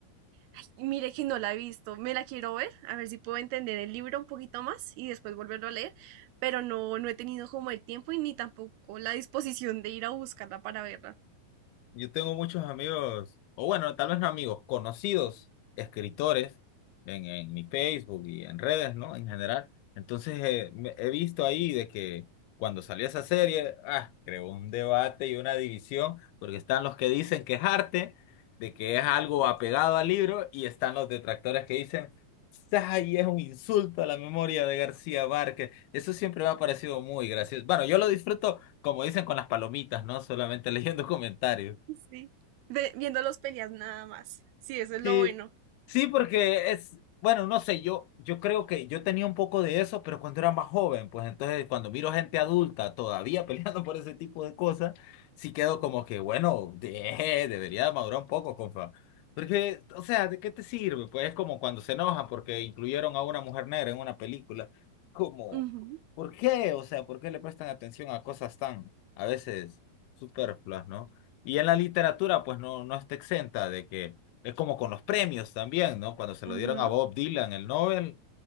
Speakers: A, on the right; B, on the left.
A: Ay, mire que no la he visto, me la quiero ver, a ver si puedo entender el libro un poquito más y después volverlo a leer, pero no, no he tenido como el tiempo y ni tampoco la disposición de ir a buscarla para verla.
B: Yo tengo muchos amigos, o bueno, tal vez no amigos, conocidos escritores en, en mi Facebook y en redes, ¿no? En general. Entonces, eh, me- he visto ahí de que cuando salió esa serie, ah, creó un debate y una división, porque están los que dicen que es arte, de que es algo apegado al libro, y están los detractores que dicen, ¡ay, es un insulto a la memoria de García Márquez! Eso siempre me ha parecido muy gracioso. Bueno, yo lo disfruto, como dicen, con las palomitas, ¿no? Solamente <laughs> leyendo comentarios.
A: Sí. Ve- viendo los peleas nada más. Sí, eso es
B: Sí,
A: lo bueno.
B: sí, porque es, bueno, no sé, yo, yo creo que yo tenía un poco de eso, pero cuando era más joven, pues entonces cuando miro gente adulta todavía <laughs> peleando por ese tipo de cosas, sí quedo como que, bueno, de- debería madurar un poco, compa. Porque, o sea, ¿de qué te sirve? Pues es como cuando se enojan porque incluyeron a una mujer negra en una película. Como,
A: Ujú,
B: ¿por qué? O sea, ¿por qué le prestan atención a cosas tan, a veces, superfluas, ¿no? Y en la literatura, pues no, no está exenta de que es como con los premios también, ¿no? Cuando se lo
A: ujú,
B: dieron a Bob Dylan el Nobel,